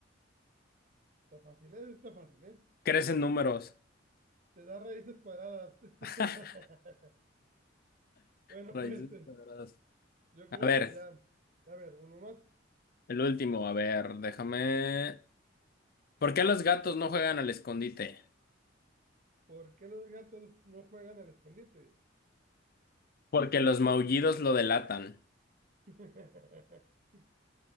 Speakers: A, on the right; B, on the left.
A: Está fácil, ¿eh? está fácil, ¿eh?
B: Crecen números.
A: Te da raíces cuadradas. <laughs>
B: <laughs>
A: Bueno,
B: Raíces
A: pues eh,
B: cuadradas.
A: yo creo
B: A ver,
A: que ya. A ver, uno más.
B: el último, a ver, déjame. ¿Por qué los gatos no juegan al escondite?
A: ¿Por qué los gatos no juegan al escondite?
B: Porque
A: ¿Por
B: los maullidos lo delatan.
A: <laughs>